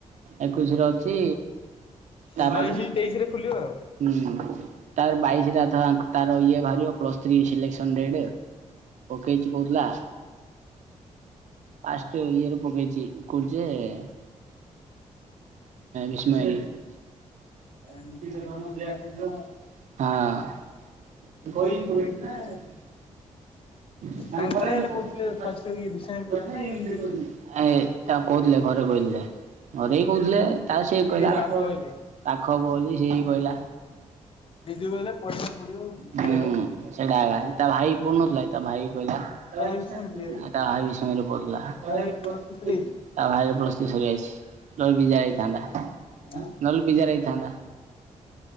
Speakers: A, on the right (about 75°); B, on the left (about 45°).
A: ଏକୋଇଶରେ ଅଛି
B: ହେଲେ
A: ତାପରେ
B: ବାଇଶି ତେଇଶିରେ ଖୋଲିବ ଆଉ।
A: ହୁଁ ତାର ବାଇଶରେ ତାର ଇଏ ବାହାରିବ ପ୍ଲସ୍ ଥ୍ରୀ ସିଲେକ୍ସନ ଡେଟ୍। ପକେଇଛି କହୁଥିଲା। ପାଷ୍ଟ ଇଏ ରେ ପକେଇଚି କଉଟି ଯେ ସେ ବିସ୍ମୟ ରେ। ହଁ।
B: ମିଶିକି ତ ତମକୁ ଦିଆ ହେଇଯିବ
A: ଗଇ
B: ଆଉ।
A: ପକେଇଚିନା?
B: କହିକି ପକେଇଛି ନା
A: <inaudible> ଏ
B: ତାଙ୍କ
A: ତାକୁ
B: ଘରେ ହେଲେ କହୁଥିଲେ
A: କହୁଥିଲେ
B: ଫାଷ୍ଟ ବିଷୟରେ ପଢ ନା ଇଏ ନିଜେ କହିଲେ।
A: ଘରେ କହୁଥିଲେ। ଘରେଇ କହୁଥିଲେ ତା ସେ କହିଲା
B: ଏଇ ପାଖ ହେଲେ
A: ପାଖ ବୋଲି ସେ କହିଲା।
B: ଜିଜୁ କହିଲେ ପଢିବାକୁ ପଡିବ
A: ହୁଁ
B: ତା
A: ସେଟା ତା ଭାଇ ପଡ଼ିନଥିଲା କି ତା ଭାଇ। କହିଲା ତା
B: ଭାଇ ବିଷୟରେ ପଢିବ କି?
A: ଭାଇ ବିଷ୍ମୟରେ ପଢ଼ୁଥିଲା।
B: ତା
A: ତା
B: ଭାଇ ପ୍ଲସ ଥ୍ରୀ ସରିଯାଇଛି
A: ଭାଇର ପ୍ଲସ ଥ୍ରୀ ସରିଯାଇଛି ନହେଲେବି ଯାଇଥାନ୍ତା।
B: ଆଁ
A: ନ ହେଲେ ବିଯାର ହେଇଥାନ୍ତା।